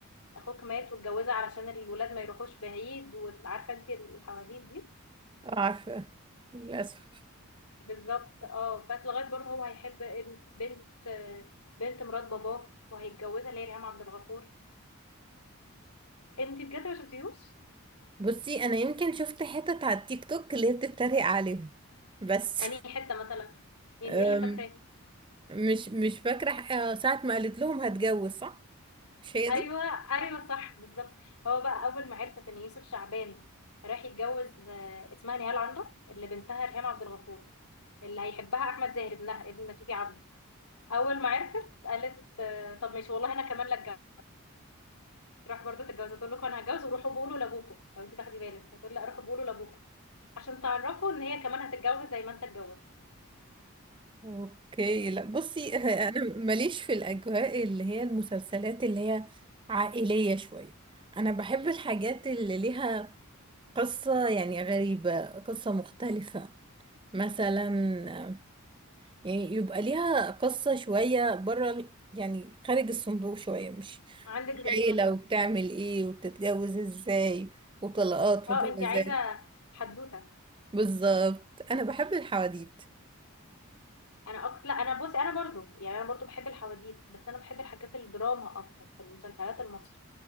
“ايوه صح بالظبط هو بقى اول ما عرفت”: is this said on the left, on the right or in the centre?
Left